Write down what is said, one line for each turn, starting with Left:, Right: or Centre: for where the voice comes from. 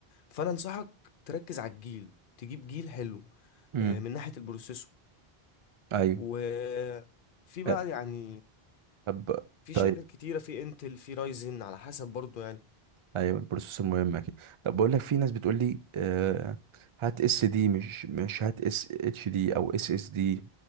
Left: فانا انصحك تركز على الجيل تجيب جيل حلو
Right: امم
Left: آه، من ناحيه البروسيسور
Right: ايوه
Left: وفي بقى
Right: آه،
Left: يعني
Right: طب
Left: في شركات
Right: طيب.
Left: كتيرة في انتل في رايزن على حسب برضو يعني
Right: ايوه البروسيسور مهم اكيد طب بقول لك في ناس بتقول لي آه هات اس دي مش مش هات اس اتش دي او اس اس دي